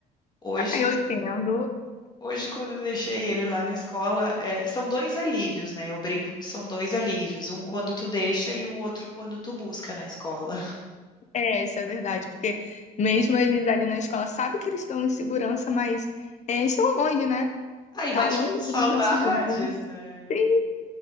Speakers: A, on the left; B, on the left.
A: Hoje,
B: Eu entendo.
A: hoje quando eu deixei ele lá na escola, é, são dois alívios, né? Eu brinco que são dois alívios, um quando tu deixa e o outro quando tu busca na escola. <laughs>
B: É, isso é verdade, porque mesmo eles ali na escola sabem que eles estão em segurança, mas é, estão longe, né?
A: Aí
B: Tá
A: bate
B: longe
A: umas
B: dos
A: saudades,
B: nossos homens.
A: né?
B: Sim.